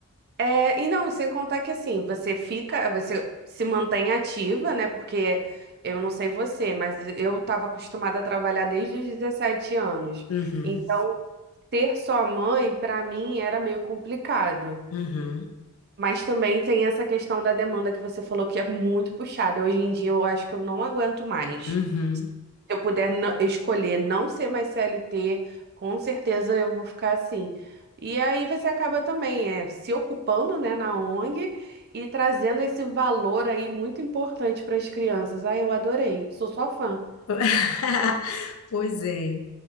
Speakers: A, on the right; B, on the left.
A: É, e não, sem contar que assim, você fica, você se mantém ativa, né? Porque eu não sei você, mas eu estava acostumada a trabalhar desde os 17 anos.
B: Uhum,
A: Então, ter só mãe, para mim, era meio complicado.
B: uhum.
A: Mas também tem essa questão da demanda que você falou que é muito puxada. Hoje em dia eu acho que eu não aguento mais.
B: Uhum.
A: Se eu puder n- escolher não ser mais CLT, com certeza eu vou ficar assim. E aí você acaba também é, se ocupando, né, na ONG e trazendo esse valor aí muito importante para as crianças. Ah, eu adorei, sou sua fã.
B: <laughs> Pois é.